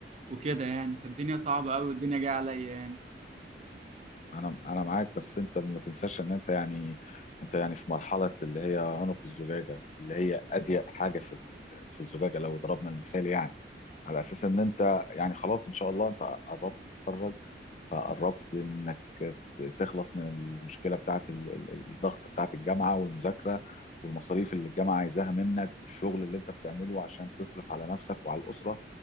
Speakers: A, on the right; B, on the left.
A: وكده يعني فالدنيا صعبة أوي والدنيا جاية عليا يعني
B: انا انا معاك بس انت ما تنساش ان انت يعني انت يعني في مرحله اللي هي عنق الزجاجه اللي هي اضيق حاجه في ال- في الزجاجه لو ضربنا المثال يعني على اساس ان انت يعني خلاص ان شاء الله انت قربت تتخرج فقربت انك ت- تخلص من المشكله بتاعت ال- ال- ال- الضغط بتاعت الجامعه والمذاكره والمصاريف اللي الجامعه عايزاها منك والشغل اللي انت بتعمله عشان تصرف على نفسك وعلى الاسره